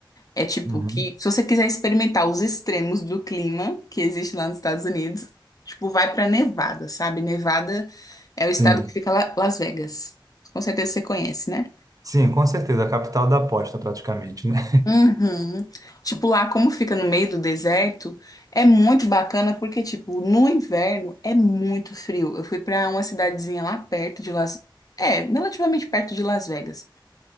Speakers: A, on the left; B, on the right.
A: É tipo
B: Uhum.
A: que, se você quiser experimentar os extremos do clima que existe lá nos Estados Unidos, tipo, vai pra Nevada, sabe? Nevada é o estado
B: Sim.
A: que fica lá, Las Vegas. Com certeza você conhece, né?
B: Sim, com certeza. A capital da aposta, praticamente, né?
A: Uhum. Tipo, lá como fica no meio do deserto, é muito bacana porque, tipo, no inverno é muito frio. Eu fui pra uma cidadezinha lá perto de Las... É, relativamente perto de Las Vegas,